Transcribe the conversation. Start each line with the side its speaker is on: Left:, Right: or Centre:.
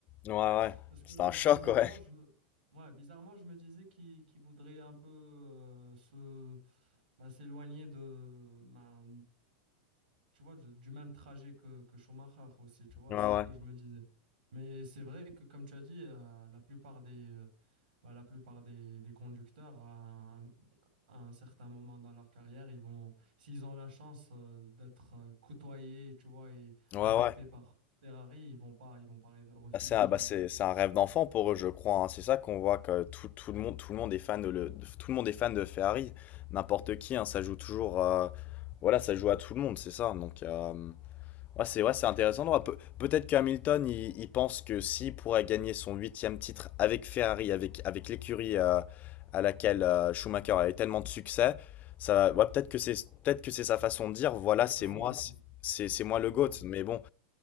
Left: Ouais ouais.
Right: Parce que
Left: C'est un choc
Right: bizarrement,
Left: ouais.
Right: je me, ouais, bizarrement, je me disais qu'il qu'il voudrait un peu euh, se bah, s'éloigner de bah, tu vois, du du même trajet que, que Schumacher aussi, tu vois,
Left: Ouais
Right: c'est
Left: ouais.
Right: ce que je me disais. Mais c'est vrai que, comme tu as dit, euh, la plupart des, euh, bah, la plupart des, des conducteurs, à un, à un certain moment dans leur carrière, ils vont, s'ils ont la chance euh, d'être euh, côtoyés, tu vois, et
Left: Ouais
Right: invités
Left: ouais.
Right: par Ferrari, ils vont pas, ils vont pas ré- refuser,
Left: Bah, C'est un,
Right: j'imagine.
Left: bah, c'est- c'est un rêve d'enfant pour eux, je crois. hein. C'est ça qu'on voit que tout, tout le monde, tout le monde est fan de le, de- tout le monde est fan de Ferrari. N'importe qui, hein, ça joue toujours. euh, voilà, ça joue à tout le monde, c'est ça. Donc, euh, ouais, c'est ouais, c'est intéressant. de voir. Pe- peut-être qu'Hamilton, il, il pense que s'il pourrait gagner son huitième titre avec Ferrari, avec, avec l'écurie euh, à laquelle euh, Schumacher a eu tellement de succès, ça, va- ouais, peut-être que c'est peut-être que c'est sa façon de dire, voilà,
Right: C'est sûrement
Left: c'est moi,
Right: ça.
Left: c'est c'est- c'est moi le GOAT.
Right: Voilà,
Left: Mais bon.